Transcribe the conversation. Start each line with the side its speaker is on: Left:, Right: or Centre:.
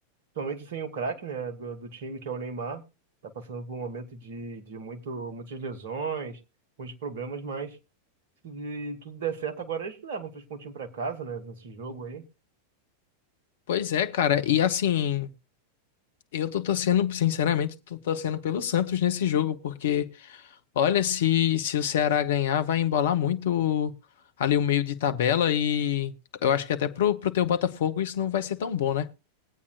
Right: principalmente sem o craque, né, do, do time, que é o Neymar. Tá passando por um momento de, de muito, muitas lesões, muitos problemas, mas se tudo der certo, agora eles levam três pontinhos para casa, né, nesse jogo aí.
Left: Pois é, cara. E assim, eu tô torcendo, sinceramente, tô torcendo pelo Santos nesse jogo, porque. Olha, se, se o Ceará ganhar, vai embolar muito ali o meio de tabela e eu acho que até pro, pro teu Botafogo isso não vai ser tão bom, né?